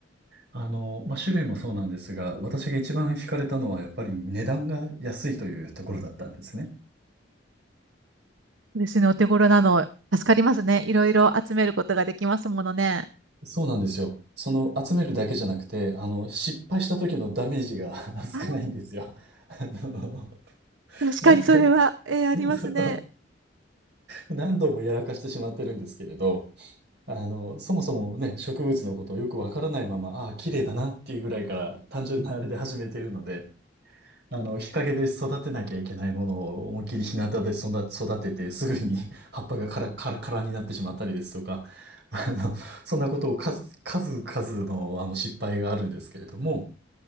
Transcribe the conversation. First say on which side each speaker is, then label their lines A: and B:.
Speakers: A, on the right; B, on the right.
A: あのーまあ種類もそうなんですが、私が一番惹かれたのはやっぱり値段が安いというところだったんですね。
B: 私のお手頃なの、助かりますね。いろいろ集めることができますものね。
A: そうなんですよ。その集めるだけじゃなくて、あの、失敗した時のダメージが <laughs> 少ないんですよ。
B: あ、
A: あの、
B: 確かにそれは、
A: 毎回
B: えーありますね。
A: その何度もやらかしてしまってるんですけれど、あの、そもそもね、植物のことをよくわからないまま、ああ、綺麗だなっていうぐらいから単純なあれで始めているので、あの、日陰で育てなきゃいけないものを思いっきり日向で育育てて、すぐに <laughs> 葉っぱがカラカラカラになってしまったりですとか、<laughs> あの、そんなことを数、数々の、あの失敗があるんですけれども、